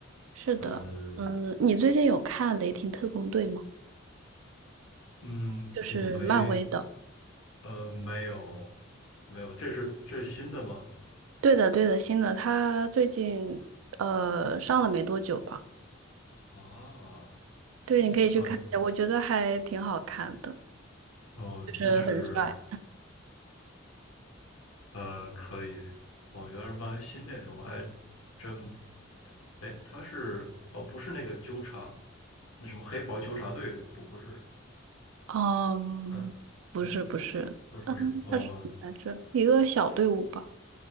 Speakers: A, on the right; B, on the left.
A: 是的，
B: 呃，
A: 嗯，你最近有看《雷霆特工队》吗？
B: 嗯，
A: 就是漫威的。
B: 没，呃，没有，没有，这是这是新的吗？
A: 对的，对的，新的，他最近呃上了没多久吧？
B: 啊，
A: 对，你可以去看一下，
B: 嗯，
A: 我觉得还挺好看的，
B: 哦，
A: 就是很帅。
B: 那是呃，可以。哦，原来是漫威新电影，我还真，哎，他是哦，不是那个纠察，那什么黑袍纠察队是吧不不是，
A: 嗯，
B: 嗯嗯，
A: 不是不是，
B: 不是不是，
A: 嗯，
B: 哦，
A: 它是怎么来着？一个小队伍吧。